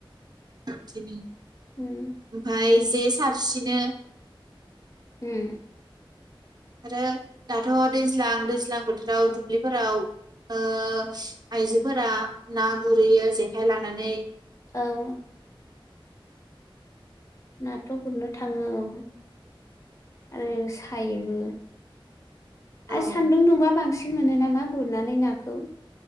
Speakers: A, on the right; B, on the left.
A: <unintelligible>
B: उम
A: ओमफाय। दे सारसिनो।
B: उम
A: आरो दाथ दैज्लां दैज्लां बोथोराव दुब्लिफोराव ओ आइजोफोरा ना गुरहैयो जेखाइ लानानै।
B: औ नाथ गुरनो थाङो औ आरो सायोबो।
A: औ
B: आ सान्दुं दुंबा बां सिन मोनो नामा गुरनानै नाखौ?